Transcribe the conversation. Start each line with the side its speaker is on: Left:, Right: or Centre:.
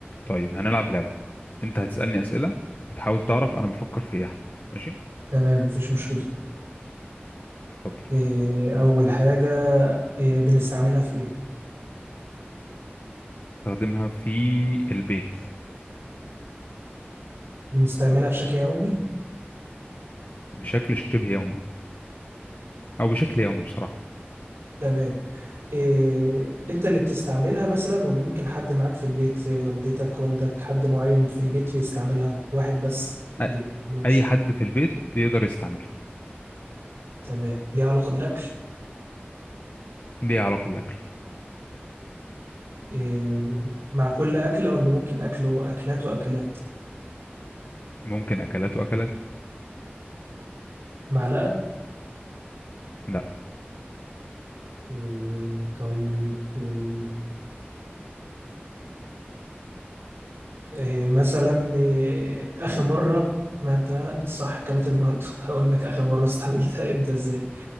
Left: طيب هنلعب لعبة انت هتسألني أسئلة وتحاول تعرف انا بفكر في ايه أحمد. ماشي
Right: تمام مفيش مشكلة
Left: اتفضل
Right: إيه أول حاجة إيه بنستعملها في إيه؟
Left: استخدمها في البيت
Right: بنستعملها بشكل يومي؟
Left: بشكل شبه يومي او بشكل يومي بصراحة
Right: تمام إيه أنت اللي بتستعملها مثلا ولا ممكن حد معاك في البيت إيه، والدتك والدك حد معين في البيت بيستعملها واحد بس
Left: أ-
Right: اللي ولا مش
Left: اي حد في البيت يقدر يستعملها
Right: تمام ليها علاقة بالأكل
Left: ليها علاقة بالاكل
Right: إيه مع كل أكلة ولا ممكن أكله أكلات وأكلات
Left: ممكن اكلات واكلات
Right: معلقة
Left: لا
Right: إيه طيب إيه، إيه مثلا إيه آخر مرة ما أنت أنت صح أكلت النهاردة <laughs> هقول لك آخر مرة استقبلتها إمتى إزاي